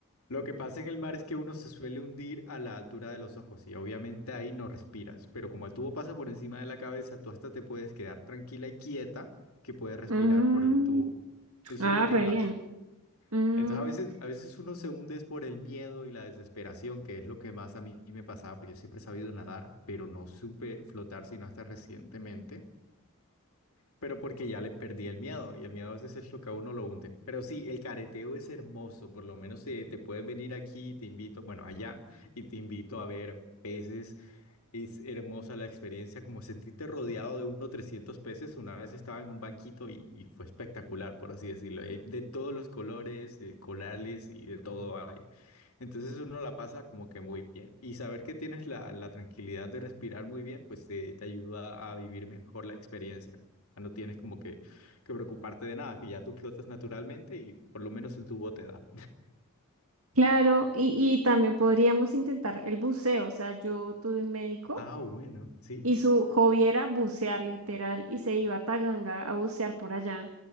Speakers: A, on the left (about 75°); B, on the right (about 75°).
A: lo que pasa en el mar es que uno se suele hundir a la altura de los ojos y obviamente ahí no respiras, pero como el tubo pasa por encima de la cabeza, tú hasta te puedes quedar tranquila y quieta que puedes respirar
B: Mm,
A: por el tubo. Eso
B: ah,
A: es lo que
B: re
A: pasa.
B: bien. Mm,
A: Entonces a veces, a veces uno se hunde es por el miedo y la desesperación, que es lo que más a mí me pasaba, porque yo siempre he sabido nadar, pero no supe flotar sino hasta recientemente, pero porque ya le perdí el miedo y el miedo a veces es lo que a uno lo hunde. Pero sí, el careteo es hermoso, por lo menos eh, te puedes venir aquí, te invito, bueno, allá, y te invito a ver peces es hermosa la experiencia, como sentirte rodeado de unos 300 peces. Una vez estaba en un banquito y, y fue espectacular, por así decirlo. y Hay de todos los colores, eh, colales y de todo hay. Entonces uno la pasa como que muy bien. Y saber que tienes la, la tranquilidad de respirar muy bien, pues te, te ayuda a vivir mejor la experiencia. Ya no tienes como que, que preocuparte de nada, que ya tú flotas naturalmente y por lo menos el tubo te da.
B: Claro, y, y también podríamos intentar el buceo. O sea, yo tuve un médico
A: Ah, bueno, sí.
B: y su hobby era bucear literal y se iba a Taganga a bucear por allá